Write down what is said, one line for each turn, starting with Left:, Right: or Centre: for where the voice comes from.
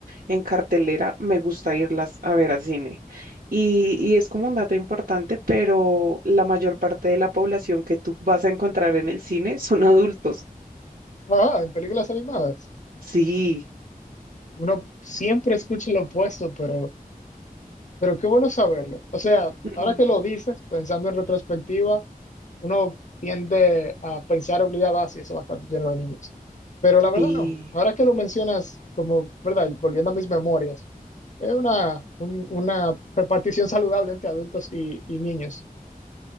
Right: en cartelera, me gusta irlas a ver al cine. Y, y es como un dato importante, pero la mayor parte de la población que tú vas a encontrar en el cine son adultos.
Left: Ajá, en películas animadas.
Right: Sí,
Left: Uno siempre escucha lo opuesto, pero Pero qué bueno saberlo. O sea,
Right: mm,
Left: ahora que lo dices, pensando en retrospectiva, uno tiende a pensar obligado así, eso va a estar lleno de niños. Pero la verdad
Right: sí,
Left: no. Ahora que lo mencionas, como, ¿verdad? Y Volviendo a mis memorias, es una, un- una repartición saludable entre adultos y, y niños.